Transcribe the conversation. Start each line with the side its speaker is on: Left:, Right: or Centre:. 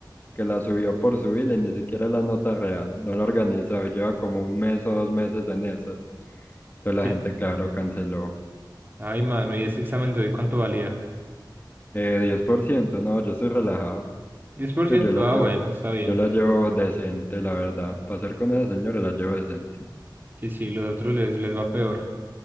Left: que la subió por subirla y ni siquiera es la nota real. No la organizó, y lleva como un mes o dos meses en esas. Entonces la
Right: Sí.
Left: gente, claro, canceló.
Right: Ay, mano, ¿y ese examen de hoy cuánto valía?
Left: Eh, diez por ciento no, yo soy relajado.
Right: diez por ciento
Left: Yo yo la
Right: ah,
Left: llevo,
Right: bueno, está bien.
Left: yo la llevo decente, la verdad. Para ser con esa señora la llevo decente.
Right: Sí, sí, los otros les, les va peor.